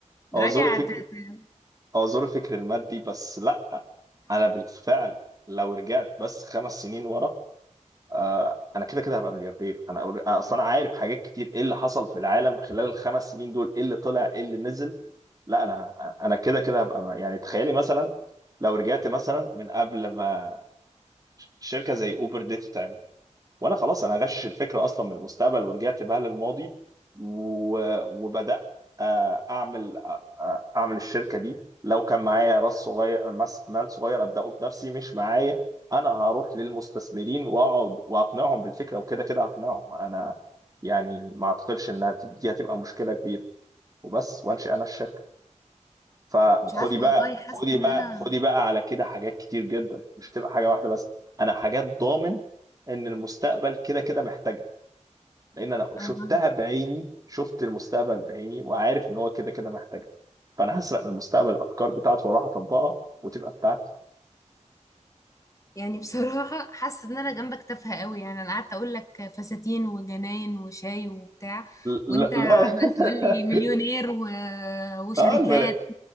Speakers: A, on the right; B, on the left.
A: اعذري
B: راجع
A: فكر
B: ت- ت-
A: اعذري فكر المادي بس لا انا بالفعل لو رجعت بس خمس سنين ورا آه انا كده كده هبقى ملياردير انا أور- آه، اصلا انا عارف حاجات كتير ايه اللي حصل في العالم خلال الخمس سنين دول ايه اللي طلع ايه اللي نزل لا انا انا كده كده هبقى م- يعني تخيلي مثلا لو رجعت مثلا من قبل ما ش- شركه زي اوبر دي تتعمل وانا خلاص انا غشش الفكره اصلا من المستقبل ورجعت بها للماضي و- وبدات آه، اعمل آه، آه، اعمل الشركه دي لو كان معايا راس صغير مس- مال صغير ابداه بنفسي مش معايا انا هروح للمستثمرين واقعد واقنعهم بالفكره وكده كده هقنعهم انا يعني ما اعتقدش انها ت- دي هتبقى مشكله كبيره وبس وانشئ انا الشركه فخدي
B: مش عارفة
A: بقى
B: والله
A: خدي
B: حاسة ان
A: بقى
B: انا
A: خدي بقى على كده حاجات كتير جدا مش هتبقى حاجه واحده بس انا حاجات ضامن ان المستقبل كده كده محتاجها لان انا شفتها
B: اها
A: بعيني شفت المستقبل بعيني وعارف ان هو كده كده محتاجها فانا هسرق من المستقبل الافكار بتاعته واروح اطبقها وتبقى بتاعتي
B: يعني بصراحة حاسة ان انا جنبك تافهة قوي يعني انا قعدت اقول لك فساتين وجناين وشاي وبتاع
A: لا
B: وانت عمال
A: لا <laughs>
B: تقول لي مليونير و... وشركات
A: اه الملا...